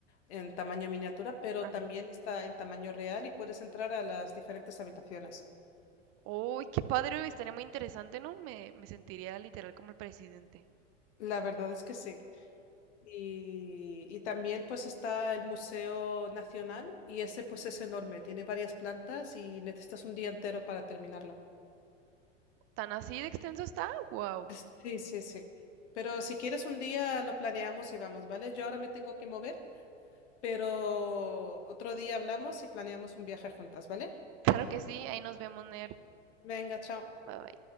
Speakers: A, on the left; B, on the right.
A: en tamaño miniatura, pero
B: ajá.
A: también está en tamaño real y puedes entrar a las diferentes habitaciones.
B: Uy, qué padre, estaría muy interesante, ¿no? Me, me sentiría literal como el presidente.
A: La verdad es que sí. Y, y también pues está el Museo Nacional y ese pues es enorme, tiene varias plantas y necesitas un día entero para terminarlo.
B: ¿Tan así de extenso está? Wow.
A: Sí, sí, sí. Pero si quieres un día lo planeamos y vamos, ¿vale? Yo ahora me tengo que mover. Pero otro día hablamos y planeamos un viaje juntas, ¿vale?
B: Claro que sí, ahí nos vemos, Ner.
A: Venga, chao.
B: Bye bye.